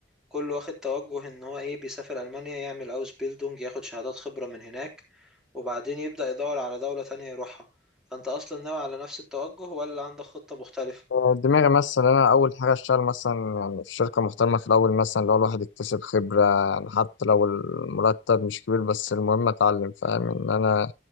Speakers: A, in the centre; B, on the left.
A: كل واخد توجه ان هو ايه بيسافر المانيا يعمل اوس بيلدونج ياخد شهادات خبره من هناك وبعدين يبدا يدور على دوله تانية يروحها فانت اصلا ناوي على نفس التوجه ولا عندك خطه مختلفه
B: آه، دماغي مثلا أنا أول حاجة أشتغل مثلا يعني في شركة محترمة في الأول مثلا لو الواحد يكتسب خبرة يعني حتى لو المرتب مش كبير بس المهم أتعلم فاهم إن أنا